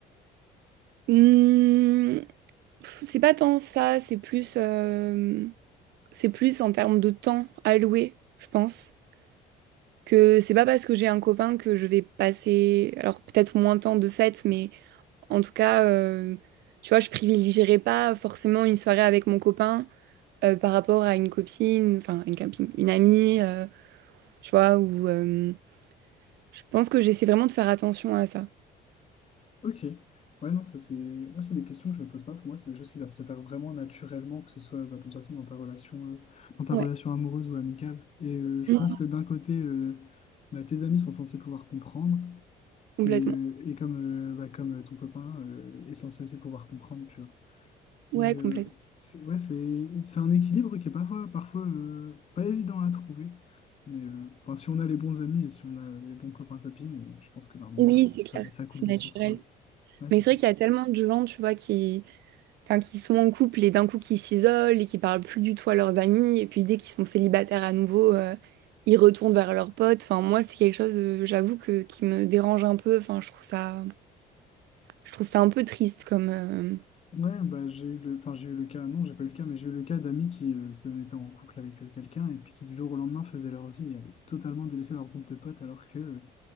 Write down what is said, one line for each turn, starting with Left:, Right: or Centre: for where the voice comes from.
Right: hmm, pff, c'est pas tant ça, c'est plus, euh, c'est plus en termes de temps alloué, je pense. Que c'est pas parce que j'ai un copain que je vais passer, alors peut-être moins de temps de fête, mais en tout cas, euh, tu vois, je privilégierai pas forcément une soirée avec mon copain euh, par rapport à une copine, enfin une copine, une amie, euh, tu vois, ou euh, je pense que j'essaie vraiment de faire attention à ça.
Left: Ok. Ouais, non, ça c'est. Moi, c'est des questions que je me pose pas. Pour moi, c'est des choses qui doivent se faire vraiment naturellement, que ce soit bah, de toute façon dans ta relation, euh, dans ta
Right: Ouais.
Left: relation amoureuse ou amicale. Et euh, je
Right: Mm,
Left: pense que d'un côté, euh, bah, tes amis sont censés pouvoir comprendre,
Right: complètement.
Left: et, euh, et comme, euh, bah, comme euh, ton copain euh, est censé aussi pouvoir comprendre, tu vois.
Right: Ouais,
Left: Et euh,
Right: complètement.
Left: c'est ouais, c'est c'est un équilibre qui est parfois, parfois euh, pas évident à trouver. Mais euh, enfin, si on a les bons amis et si on a euh, les bons copains, copines, euh, je pense que normalement
Right: Oui,
Left: ça,
Right: c'est
Left: ça,
Right: clair,
Left: va- ça coule
Right: c'est
Left: de
Right: naturel.
Left: source, quoi. Ouais, c'est
Right: Mais c'est
Left: ça.
Right: vrai qu'il y a tellement de gens, tu vois, qui, enfin, qui sont en couple et d'un coup qui s'isolent et qui parlent plus du tout à leurs amis. Et puis dès qu'ils sont célibataires à nouveau, euh, ils retournent vers leurs potes. Enfin, moi, c'est quelque chose, euh, j'avoue, que, qui me dérange un peu. Enfin, je trouve ça, je trouve ça un peu triste comme.
Left: Ouais, bah, j'ai eu le, enfin, j'ai eu le cas, non, j'ai pas eu le cas, mais j'ai eu le cas d'amis qui euh, se mettaient en couple avec euh, quelqu'un et puis qui du jour au lendemain faisaient leur vie et avaient totalement délaissé leur groupe de potes alors que euh,